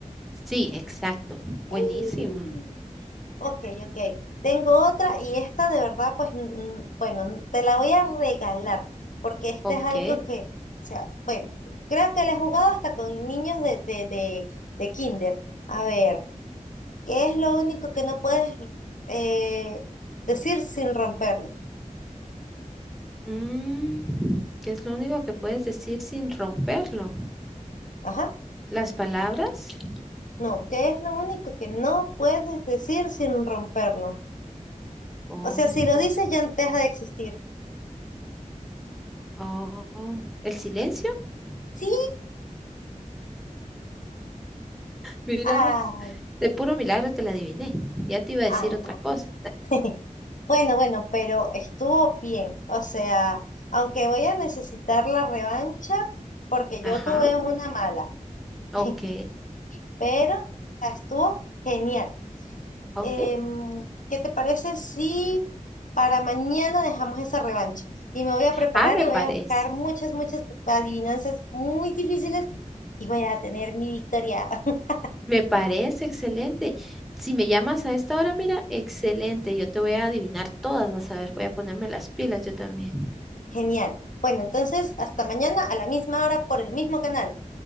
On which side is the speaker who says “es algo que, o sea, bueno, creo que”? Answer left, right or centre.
Left